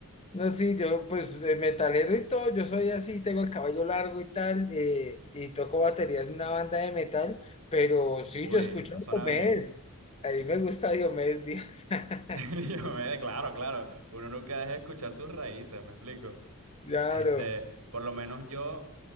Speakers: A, on the left; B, on the right.
A: No, sí, yo pues de metalero y todo, yo soy así, tengo el cabello largo y tal, eh, y toco batería en una banda de metal, pero sí,
B: Uy,
A: yo escucho
B: eso
A: a
B: suena
A: Diomedes,
B: bien.
A: a mí me gusta Diomedes Díaz, <laughs>
B: <laughs> Yo me, claro, claro, uno nunca deja de escuchar sus raíces, me explico.
A: claro,
B: Este, por lo menos yo